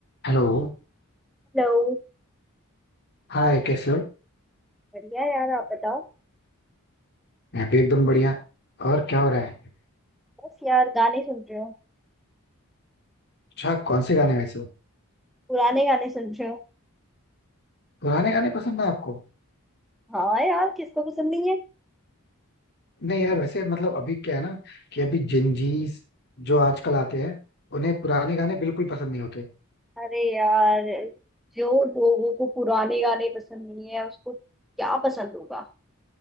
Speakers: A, on the left (about 50°); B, in the centre.
A: Hello
B: Hello
A: Hi कैसे हो
B: बढ़िया यार आप बताओ
A: मैं भी एकदम बढ़िया और क्या हो रहा है
B: बस यार गाने सुन रहे हो
A: अच्छा कौन से गाने वैसे हो
B: पुराने गाने सुन रहे हो
A: पुराने गाने पसंद है आपको
B: हाँ यार किसको पसंद नहीं है
A: नहीं यार वैसे मतलब अभी क्या है ना कि अभी जिंजीस जो आजकल आते हैं उन्हें पुराने गाने बिल्कुल पसंद नहीं होते
B: अरे यार जो लोगों को पुराने गाने पसंद नहीं है उसको क्या पसंद होगा